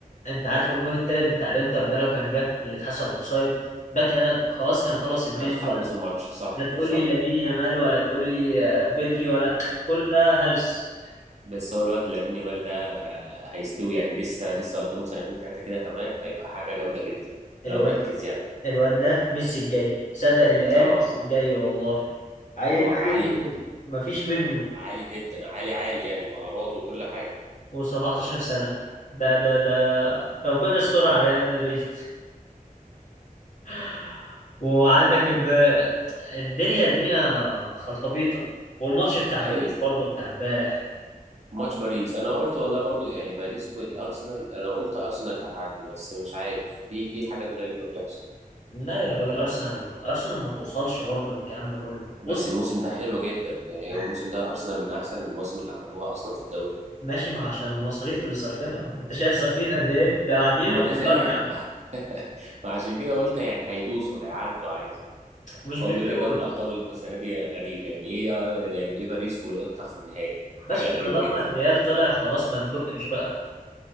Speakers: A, on the left; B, on the right.
A: انت عارف الجون التالت بتاع الانتر ده لو كان جه اللي اتحسب اوفسايد ده كان خلاص كان خلص الدنيا
B: كان خلص
A: بقى
B: الماتش صح
A: لا
B: صح
A: تقول لي لامين يامال ولا تقول لي آه، بدري ولا كل ده هلس
B: بس هو الواد لامين يامال ده آه، هيستوي يعني لسه لسه قدامه سنتين ثلاثة كده كمان هيبقى حاجة جامدة جدا لو
A: الواد
B: ركز يعني
A: الواد ده ميسي الجاي صدق اللي
B: اه
A: قال ميسي الجاي والله عيل
B: هو عالي
A: عيل مفيش منه
B: عالي جدا عالي عالي يعني مهاراته وكل حاجه
A: و17 سنة ده ده ده ربنا يستر على ريال مدريد <laughs> وعندك امب... الدنيا الدنيا خلطبيطة والماتش بتاع
B: <laughs>
A: باريس
B: ايوه
A: برضه بتاع امبارح
B: ماتش باريس انا قلت والله برضو يعني باريس والارسنال انا قلت ارسنال هتعدي بس مش عارف في في حاجات غريبه بتحصل
A: لا يا راجل ارسنال ارسنال ما توصلش برضه للكلام ده كله
B: بس
A: وصل
B: الموسم ده حلو جدا يعني
A: <laughs>
B: هو الموسم ده ارسنال من احسن المواسم اللي عملوها اصلا في الدوري
A: ماشي ما عشان المصاريف اللي صرفينها انت شايف صارفين قد ايه ده معديين
B: ما
A: المليار
B: انا فاهم
A: يا عم
B: <laughs> ما عشان كده قلت يعني هيدوسوا هيعدوا عادي
A: مش بالفلوس
B: هو بيقول لك دوري الابطال السنه دي غريب يعني ايه آه، يعني ايه باريس والانتر في النهائي حاجه
A: باشا طالما
B: غريبه جدا
A: الريال
B: <laughs>
A: طلع خلاص ما تدقش بقى